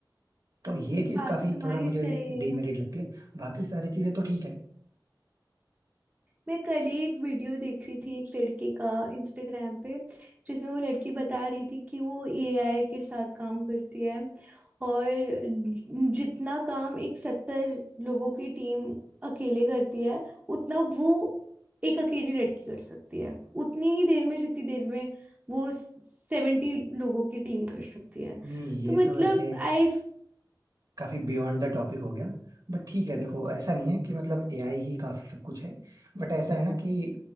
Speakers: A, on the right; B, on the right.
A: तो ये चीज
B: बात
A: काफी
B: तो तुम्हारी
A: थोड़ा मुझे
B: सही
A: डीमेरिट
B: है
A: लगती है बाकी सारी चीजें तो ठीक है
B: मैं कल ही एक वीडियो देख रही थी एक लड़की का इंस्टाग्राम पे जिसमें वो लड़की बता रही थी कि वो एआई के साथ काम करती है और ज- जितना काम एक सत्तर लोगों की टीम अकेले करती है उतना वो एक अकेली लड़की कर सकती है उतनी ही देर में जितनी देर में वो सेवेंटी लोगों की टीम कर सकती है
A: नहीं ये
B: तो मतलब
A: तो वैसे
B: आई
A: काफी बियॉन्ड द टॉपिक हो गया बट ठीक है देखो ऐसा नहीं है कि मतलब एआई ही काफी सब कुछ है बट ऐसा है ना कि